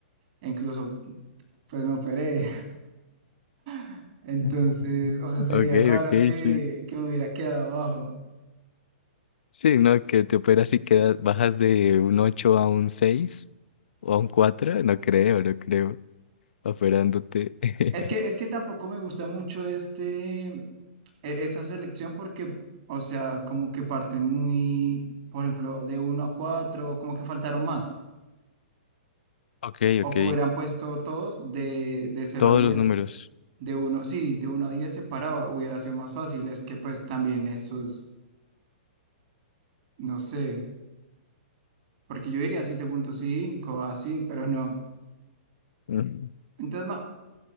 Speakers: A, on the right (about 40°); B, on the left (about 75°).
A: incluso pues me operé, <laughs> entonces,
B: <laughs>
A: o sea, sería
B: Ok,
A: raro
B: ok,
A: que,
B: sí.
A: que me hubiera quedado abajo.
B: Sí, no, que te operas y quedas, bajas de un 8 a un 6 o a un 4, no creo, no creo, operándote. <laughs>
A: Es que, es que tampoco me gusta mucho este, e- esa selección porque, o sea, como que parten muy, por ejemplo, de uno a 4 como que faltaron más,
B: Ok,
A: o o
B: ok,
A: que hubieran puesto todos de, de cero
B: todos
A: a diez
B: los números.
A: De uno, sí, de uno a diez separado hubiera sido más fácil. Es que pues también estos, no sé, porque yo diría siete punto cinco así, pero no.
B: Mm,
A: Entonces, ma-